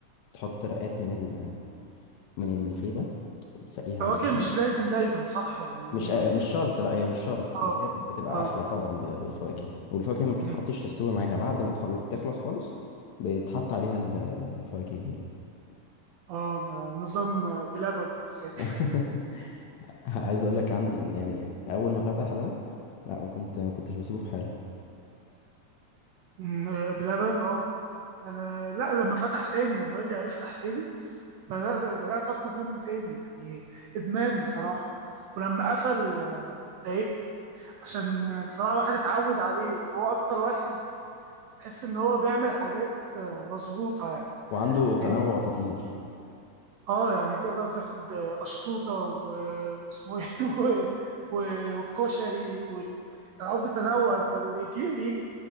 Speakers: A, on the left; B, on the right.
A: تحط رقات من ال من الملفيه ده وتسقيها
B: فواكه
A: باللبن
B: مش لازم دايما صح يعني دي
A: مش آه، مش
B: اه
A: شرط لا هي مش شرط
B: اه
A: بس هي بتبقى
B: اه
A: أحلى طبعا ب- بالفواكه والفواكه ما بتتحطش
B: مم،
A: تستوي معاها بعد ما تخل- تخلص خالص بيتحط عليها ال- الفواكه دي
B: اه ده نظام آه، بلبن <laughs>
A: <laughs> يعني. عايز اقول لك عن يعني اول ما فتح ده لا ما كنت ما كنتش بسيبه في حاله
B: مم، آه، بلبن اه انا لا لما فتح تاني لما رجع يفتح تاني بدأت بدأت أطلب منه تاني يعني إدمان بصراحة ولما قفل آه، اتضايقت عشان آه، بصراحة واحد اتعود عليه وهو أكتر واحد تحس إن هو بيعمل حاجات آه، مظبوطة يعني
A: وعنده
B: فاهم؟
A: تنوع كتير
B: اه يعني تقدر تاخد آه، أشطوطة و- واسمه ايه <laughs> و- و- والكشري وال... أنا قصدي تنوع انت اللي يجي يجي